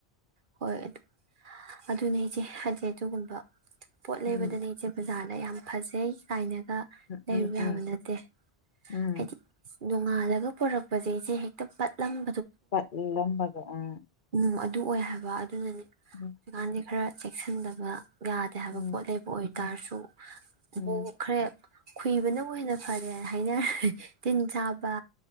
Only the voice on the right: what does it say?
ꯍꯣꯏ ꯑꯗꯨ ꯑꯗꯨꯅꯦ ꯏꯆꯦ ꯍꯥꯏꯗꯤ ꯑꯗꯨꯒꯨꯝꯕ ꯄꯣꯠ ꯂꯩꯕꯗꯅꯦ
ꯏꯆꯦ ꯐꯖꯅꯤ ꯌꯥꯝ ꯐꯖꯩ ꯀꯥꯏꯅ ꯗ
ꯂꯩꯔꯨ
ꯌꯥꯕ ꯅꯠꯇꯦ
ꯍꯥꯏꯗꯤ ꯅꯣꯡꯉꯥꯜꯂꯒ ꯄꯨꯔꯛꯄꯁꯦ ꯏꯆꯦ ꯍꯦꯛꯇ ꯄꯠꯂꯝꯕ
ꯎꯝ ꯑꯗꯨ ꯑꯣꯏ ꯍꯥꯏꯕ ꯑꯗꯨꯅꯅꯦ ꯍꯧꯖꯤꯛꯀꯥꯟꯗꯤ
ꯈꯔ ꯆꯦꯛꯁꯤꯟꯗꯕ ꯌꯥꯗꯦ ꯍꯥꯏꯕ
ꯄꯣꯠ ꯂꯩꯕ ꯑꯣꯏꯇꯥꯔꯁꯨ
ꯃꯈꯔꯦ ꯈꯨꯨꯏꯕꯅꯕꯨ ꯍꯦꯟꯅ ꯐꯔꯦꯅ ꯍꯥꯏꯅꯔꯦ ꯇꯤꯟ ꯆꯥꯕ